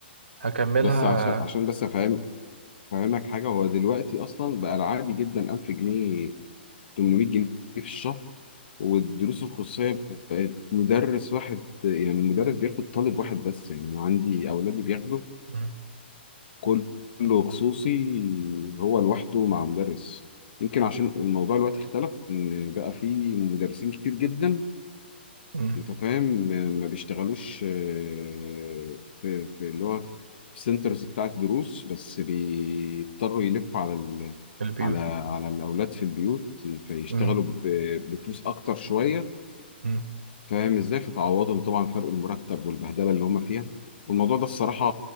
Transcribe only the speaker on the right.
هكملها
مم.
مم.
البيوت
مم.
مم.